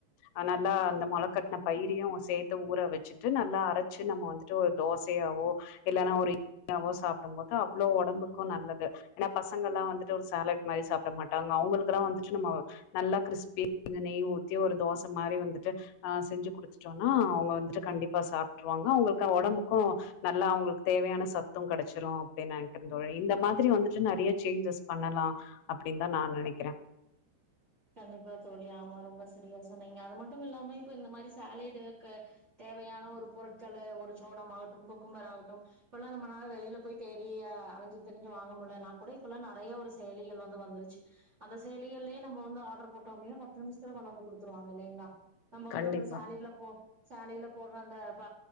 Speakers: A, on the left; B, on the right.
A: அ நல்லா அந்த மொல கட்ன பயிரையு சேத்து ஊற வச்சுட்டு நல்லா அரைச்சு நம்ம வந்து டு ஒரு தோசையாவோ இல்லனா ஒரு <inaudible> சாப்டும்போது அவ்ளோ ஒடம்புக் க்கு நல்லது ஏனா பசங்கலா வந்துட்டு ஒரு சாலட் மாரி சாப்ட மாட்டாங்க அவங்குளுக்குலா வந்துட்டு நம்ம நல்லா க்ரிஸ்பி கொஞ்சோ நெய் ஊத்தி ஒரு தோச மாரி வந்துட்டு அ செஞ்சு குடுத்துட்டோனா அவங்க வந்துட்டு கண்டிப்பா சாப்ட்டுருவாங்க அவங்களுக்கு ஒடம்பு க்கு நல்லா அவங்களுக்கு தேவையான சத்து கெடைச்சிரு அப்டின் நெனைக்குறே தோழி இந்த மாதிரி வந்துட்டு நறைய சேஞ்சஸ் பண்ணலா அப்டின் தா நா நெனைக்குறே
B: கண்டிப்பா தோழி ஆமா ரொம்ப சரியா சொன்னீங்க அது மட்டு இல்லாம இப்ப இந்த மாரி சலேடுக்கு தேவையான ஒரு பொருட்களு ஒரு சோளம் ஆகட்டும் குக்கும்பர் ஆகட்டும் இப்பலா நம்மனால வெளில போய் தேடி அலஞ்சி திரிஞ்சு வாங்க முல்லனா கூட இப்பல்லா நறைய ஒரு செயலிகள் வந்து வந்துருச்சு அந்த செயலிகள்லே நம்ம வந் வந்து ஆட்ரு போட்டோ அப்டின்னா பத்து நிம்ஷத்துல கொண்டு வந்து குடுத்துருவாங்க இல்லைங்ளா நம்ப வந்து
A: கண்டிப்பா
B: அந்த சாலைல போ சாலைல போட்ற அந்த ப